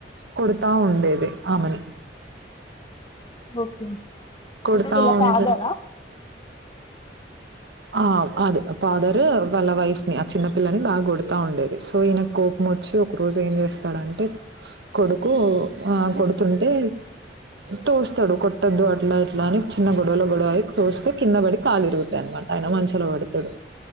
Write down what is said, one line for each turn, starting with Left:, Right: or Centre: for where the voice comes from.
Right: కొడతా ఉండేది ఆమెని
Left: ఓకే
Right: కొడతా
Left: అంటే వీళ్ళ
Right: ఉంటే
Left: ఫాదరా
Right: ఆ అదే ఫాదరు వాళ్ళ వైఫ్ ని ఆ చిన్న పిల్లని బాగా కొడతా ఉండేది సో ఈయన కో మ వచ్చి ఒక రోజు ఏం చేస్తాం డు అంటే కొడుకు ఆ కొడుతుంటే తోస్తాడు కొట్టొద్దు అట్లా ఇట్లా అని చిన్న గొడవల గొడవయి తోస్తే కింద పడి కాలు ఇరుగుతాయి అనమాట ఆయన మంచలో పడుతాడు